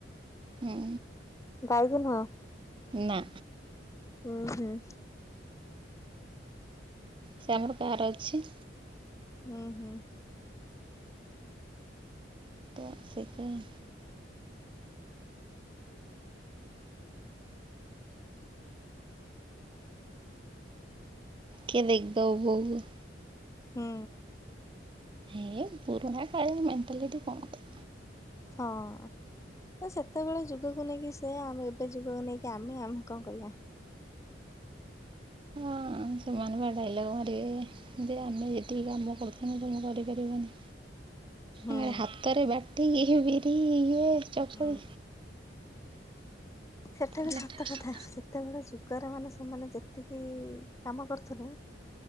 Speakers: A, on the right; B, on the left.
A: ହୁଁ।
B: ବାଇକ ନୁହଁ
A: ନା।
B: ହୁଁ ହୁଁ।
A: ସେ ଆମର କାର ଅଛି।
B: ହୁଁ ହୁଁ।
A: ତ ସେଥିପାଇଁ। କିଏ ଦେଖିଦେବ ବୋହୁ କୁ
B: ହୁଁ।
A: ହେ ପୁରୁଣା କାଳିଆ ମେଣ୍ଟାଲିଟି କଣ କ
B: ହଁ। ତ ସେତେବେଳେ ଯୁଗକୁ ନେଇକି ସେଇଆ ଆମେ ଏବେ ଯୁଗକୁ ନେଇକି ଆମେ ଆମେ କଣ କରିବା।
A: ହଁ ସେମାନ ବା ଡାଇଲଗ୍ ମାରିବେ। ଯେ ଆମେ ଯେତିକି କାମ କରୁଥୁନୁ ତମେ କରିପାରିବନି।
B: ହୁଁ
A: ଆମେ ହାତରେ ବାଟିକି ବିରି ଇଏ ଚକୁଳି
B: ହୁଁ ସେଟା ବି
A: <unintelligible>
B: ସତ କଥା ସେତେବେଳେ ଯୁଗରେ ମାନେ ସେମାନେ ଯେତିକି କାମ କରୁଥିଲେ